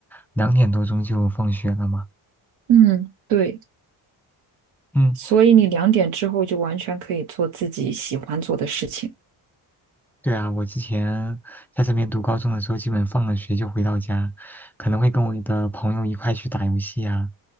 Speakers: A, in the centre; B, on the right.
A: 两点多钟就放学了嘛。
B: 嗯，对，
A: 嗯，
B: 所以你两点之后就完全可以做自己喜欢做的事情。
A: 对啊，我之前在这边读高中的时候，基本放了学就回到家，可能会跟我的朋友一块去打游戏啊，